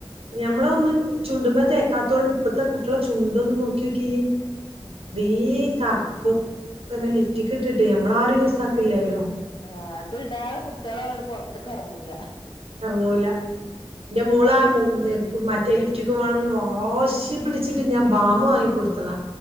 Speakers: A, on the right; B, on the left.
A: ഞമ്മള ഒന്നും ചുണ്ടുമ തേക്കാത്തൊണ്ട് ഇപ്പത്ത കുട്ടിയള ചുണ്ടൊന്ന് നോക്കിയോക്കി
B: ഉം
A: ബേം കർക്കും ഇപ്പന്നെ ലിഫ്റ്റ്ക് ഇട്ടിട്ട് ഞമ്മളാരും യൂസാക്ക്ല്ലല്ലോ
B: ആ അത് ഇടാത കുട്ടിയള് അങ്ങട്ട് പൊർത്ത്ക്ക് എർങ്ങൂല
A: എർങ്ങൂല ഇന്റെ മോളാ മൂന്ന് മറ്റേ ലിഫ്റ്റിക്ക് വേണംന്ന് വാശി പിടിച്ചിട്ട് ഞാൻ ബാമ് വാങ്ങി കൊടുത്തതാ